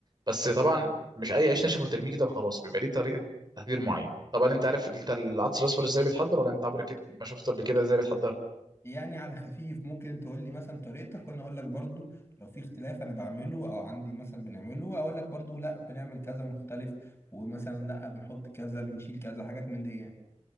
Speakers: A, on the right; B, on the left.
A: بس طبعا مش اي عيش ناشف وترميه كده وخلاص بيبقى ليه طريقه تحضير معين طبعا انت عارف انت العدس الاصفر ازاي بيتحضر ولا انت عمرك ما شفت قبل كده ازاي بيتحضر
B: يعني على خفيف ممكن تقول لي مثلا طريقتك وانا اقول لك برضو لو في اختلاف انا بعمله او عندي مثلا بنعمله اقول لك برضو لا بنعمل كذا مختلف ومثلا لا بنحط كذا بنشيل كذا حاجات من دي يعني